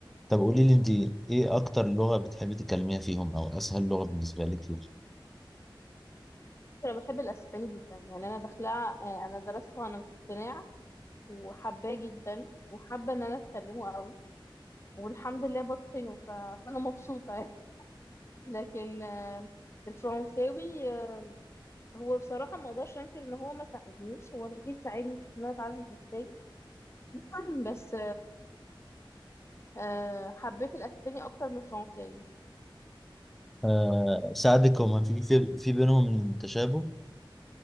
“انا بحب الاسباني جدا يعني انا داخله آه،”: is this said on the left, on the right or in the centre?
Left